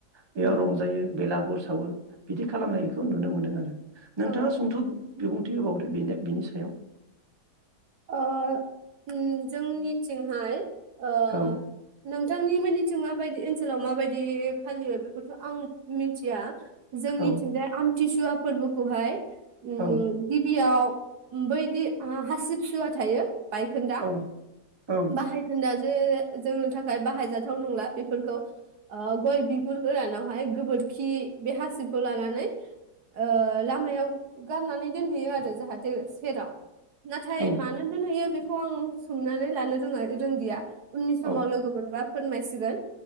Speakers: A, on the right (about 25°); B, on the right (about 70°).
A: बेयाव
B: उम
A: रंजायो बेलागुर सावो। बिदि खालामनायखौ नुनो मोन्दों आरो। नोंथाङा
B: औ
A: सुंथु बिबुंथि थि होबावदो बिनि सायाव
B: ओ उम जोंनिथिंहाय ओ
A: औ
B: नोंथांनि मोननि थिं माबायदि ओनसोलाव माबायदि फालियो बेखौथ' आं मिनथिया जोंनिथिंजाय
A: औ
B: आम थिसुवा फोरबोखौहाय उम
A: औ
B: गिबियाव ओम बैदि आ हासिब सुवा थायो। बायखोन्दा
A: औ औ
B: बाहायखोन्दा जे जोंनि थाखाय बाहायजाथाव नंला बेफोरखौ ओ गय बिगुर गोरानावहाय गोबोरखि बे हासिबखौ लानानै ओ लामायाव गारनानै दोनहैयो आरो जाहाथे सेराव थाय
A: औ
B: मानो दोनहोयो बे खौ आं सोंनानै लानो रोङा रोंदिया उननि समाव
A: औ
B: लोगो मोनबा फोरमायसिगोन